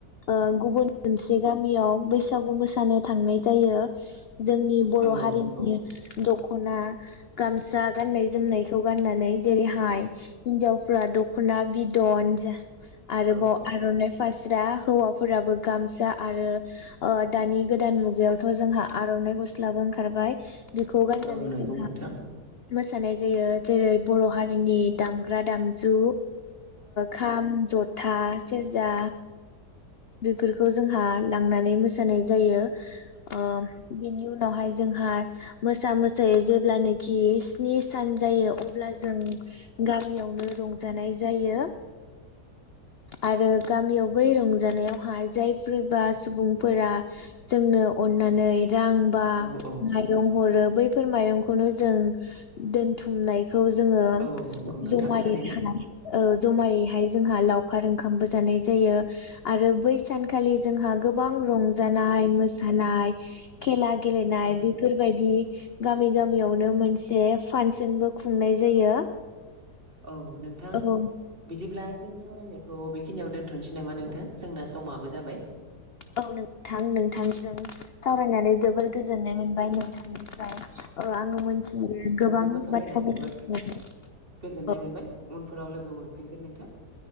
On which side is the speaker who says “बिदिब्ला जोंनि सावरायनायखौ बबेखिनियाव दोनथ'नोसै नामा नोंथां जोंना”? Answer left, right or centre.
Right